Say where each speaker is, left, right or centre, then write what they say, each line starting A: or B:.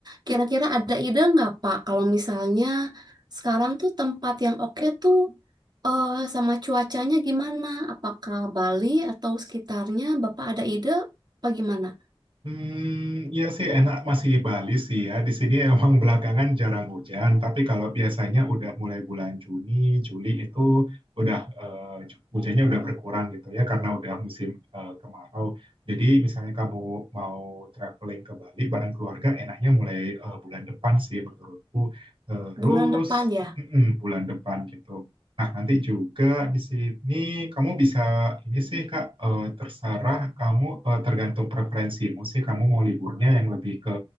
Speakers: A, on the right (about 45°); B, on the right (about 65°).
A: Kira-kira ada ide nggak Pak kalau misalnya sekarang tuh tempat yang oke tuh eh, sama cuacanya gimana? Apakah Bali atau sekitarnya? Bapak ada ide apa gimana?
B: Hmm, iya sih enak masih Bali sih ya. Di sini emang <laughs> belakangan jarang hujan, tapi kalau biasanya udah mulai bulan Juni, Juli itu udah eh, ju- hujannya udah berkurang gitu ya karena udah musim eh, kemarau. Jadi misalnya kamu mau traveling ke Bali bareng keluarga, enaknya mulai eh, bulan depan sih menurutku. Terus
A: Bulan depan ya.
B: mm-mm, bulan depan gitu. Nah, nanti juga di sini kamu bisa ini sih Kak eh, terserah kamu eh, tergantung preferensimu sih kamu mau liburnya yang lebih ke